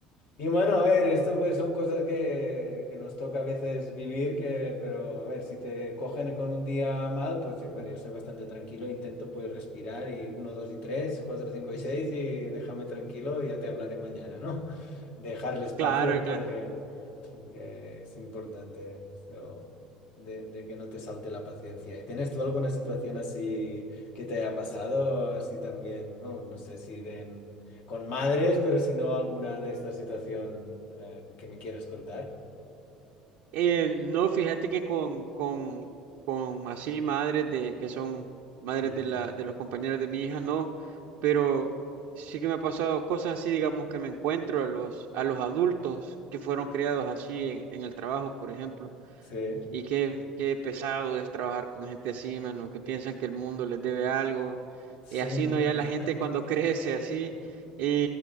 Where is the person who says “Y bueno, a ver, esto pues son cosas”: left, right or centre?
Left